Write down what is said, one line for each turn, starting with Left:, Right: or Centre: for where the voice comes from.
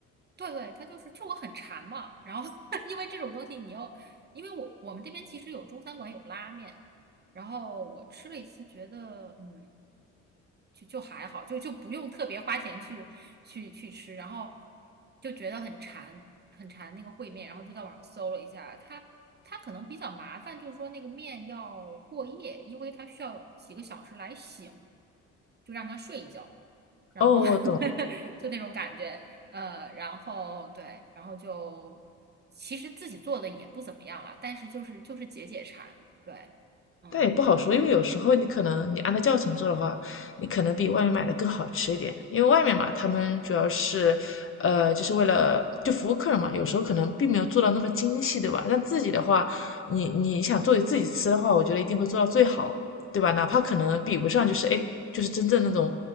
Right: 对对，他就是就我很馋嘛，然后 <laughs> 因为这种东西你要，因为我我们这边其实有中餐馆有拉面，然后我吃了一次，觉得嗯，就就还好，就就不用特别花钱去去去吃，然后就觉得很馋很馋那个烩面，然后就在网上搜了一下，它它可能比较麻烦，就是说那个面要过夜，因为它需要几个小时来醒，就让它睡一觉。然后
Left: 哦，
Right: <laughs>
Left: 我懂了，
Right: 就那种感觉。呃，然后对，然后就其实自己做的也不怎么样了，但是就是就是解解馋，对，嗯。
Left: 但也不好说，因为有时候你可能你按照教程做的话，你可能比外面买的更好吃一点，因为外面嘛，他们主要是，呃，就是为了就服务客人嘛，有时候可能并没有做到那么精细，对吧？但自己的话，你你想做给自己吃的话，我觉得一定会做到最好，对吧？哪怕可能比不上，就是哎，就是真正那种，